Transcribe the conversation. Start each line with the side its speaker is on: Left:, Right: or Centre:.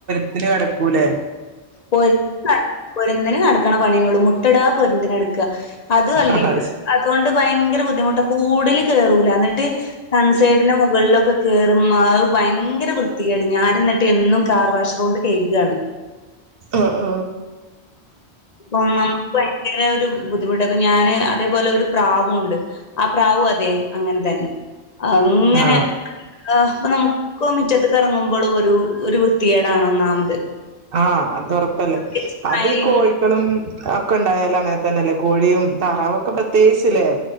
Right: ത്തിന് കെടക്കൂലേ
Left: <unintelligible> പൊര്ന്തിന് കെടക്ക്ണ പണിയെന്നെള്ളൂ മുട്ടടാ പൊരുന്തിന് കെടക്ക അതു അല്ലേ
Right: അത്
Left: അതുകൊണ്ട് ഭയങ്കര ബു ദ്ധിമുട്ട് കൂട്ല് കേറൂല ഇന്നിട്ട് സൺസൈഡിന്റെ മുകളിലൊക്കെ കേറുമ്പോ അത് ഭയങ്കര വൃത്തികേട് ഞാൻ എന്നിട്ട് എന്നും കാർവാഷോണ്ട് കെഴ്കാണ്
Right: അ അ
Left: പ്പം നമ്മുക്ക് ഭയങ്കര ഒരു ബുദ്ധിമുട്ട അപ്പൊ ഞാന് അതേപോലെ ഒരു പ്രാവുംണ്ട് ആ പ്രാവും അതെ അങ്ങനെ തന്നെ അങ്ങനെ
Right: ആ ആ അത് ശരി ആ
Left: ആ അപ്പൊ നമുക്കും മുറ്റത്ത് എറങ്ങുമ്പോ ഒരു വൃത്തികേടാണ് ഒന്നാമത്
Right: അ അത് ഉറപ്പല്ലേ
Left: പ്രത്യേകിച്ച്
Right: അത്
Left: മഴയും
Right: കോഴി ക്കളും ഒക്കെ ഉണ്ടായാലങ്ങനെ തന്നെല്ലേ കോഴിയും താറാവൊക്കെ പ്രത്യേകിച്ച് <unintelligible>